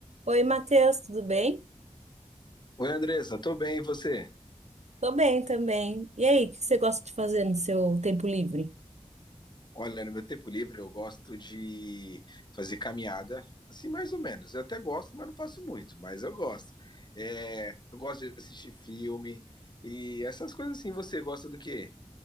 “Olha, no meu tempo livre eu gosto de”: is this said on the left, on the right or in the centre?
Left